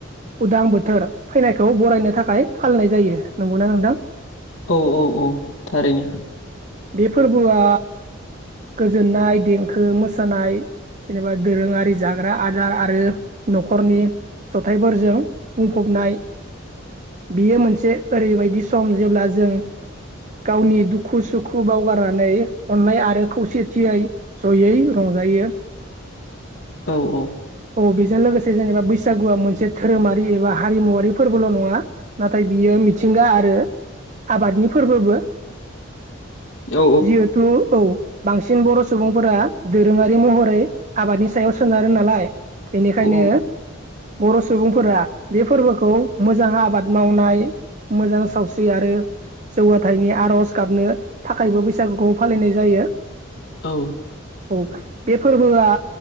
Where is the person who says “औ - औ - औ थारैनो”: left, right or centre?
Left